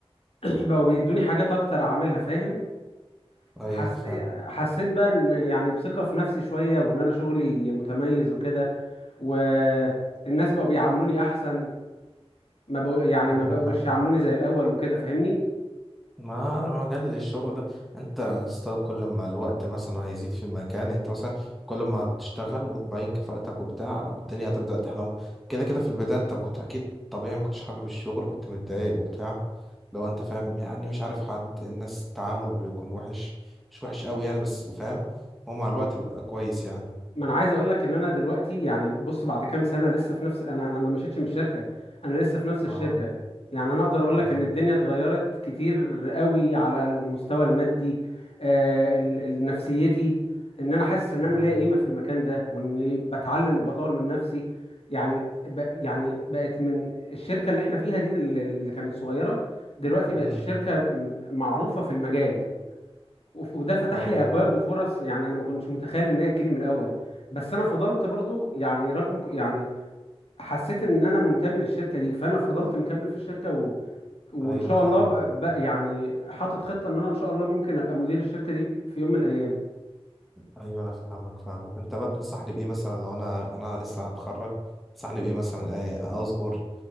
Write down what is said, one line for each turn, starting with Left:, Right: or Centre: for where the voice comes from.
Left: <clears throat> بقوا بيدوني حاجات اكتر اعملها فاهم
Centre: ايوه
Left: حس...
Centre: أنا فاهم
Left: حسيت بقى ان يعني بثقة في نفسي شوية وان انا شغلي متميز وكده والناس بقوا بيعاملوني احسن ما بقوا يعني ما
Centre: ايوه
Left: بقوش
Centre: انا فاهم
Left: يعاملوني زي الاول وكده فاهمني
Centre: ما ما جال الشغل ده انت يا اسطى كل ما الوقت مثلا هيزيد في مكان انت مثلا كل ما تشتغل وتبين كفاءتك وبتاع الدنيا هتبدأ تحلم كده كده في البداية انت ما كنت اكيد طبيعي ما كنتش حابب الشغل كنت متضايق وبتاع لو انت فاهم يعني مش عارف حد الناس التعامل بيكون وحش مش وحش قوي يعني بس فاهم هو مع الوقت بيبقى كويس يعني
Left: ما انا عايز اقول لك ان انا دلوقتي يعني بص بعد كام سنه لسه في نفس انا انا ما مشيتش من الشركه انا لسه في نفس الشركه
Centre: اه
Left: يعني انا اقدر اقول
Centre: اه
Left: لك ان الدنيا اتغيرت كتير قوي على المستوى المادي آه ال- ال- نفسيتي ان انا حاسس ان انا
Centre: اه
Left: ليا قيمه في المكان ده واني بتعلم وبطور من نفسي يعني ب يعني بقت من الشركه اللي احنا فيها دي دل- اللي كانت صغيره دلوقتي
Centre: امم
Left: بقت الشركه م- معروفه في المجال وف- وده فتح
Centre: ايوه
Left: لي ابواب وفرص يعني انا ما كنتش متخيل ان هي تجيلي من الاول بس انا فضلت برضو يعني رغم ك- يعني حسيت ان انا منتمي للشركه دي فانا فضلت مكمل في الشركه و... وان
Centre: ايوه
Left: شاء
Centre: انا فاهمك
Left: الله ب... ب... يعني حاطط خطه ان انا ان شاء الله ممكن ابقى مدير الشركه دي في يوم من الايام
Centre: ايوه انا فاهمك فاهمك انت بقى تنصحني بايه مثلا لو انا انا لسه هتخرج تنصحني بايه مثلا آه، اصبر